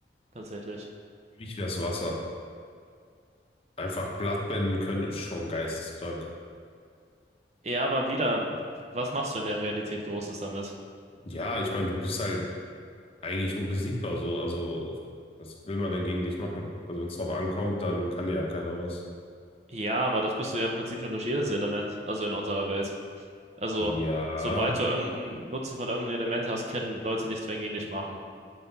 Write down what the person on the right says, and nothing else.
Tatsächlich.
Ja, aber wieder, was machst du in der Realität Großes damit?
Ja, aber das bist du ja im Prinzip schon durch jedes Element, also in unserer Welt. Also,
sobald du irgendeinen Nutzen von irgendeinem Element hast, können Leute nichts mehr gegen dich machen.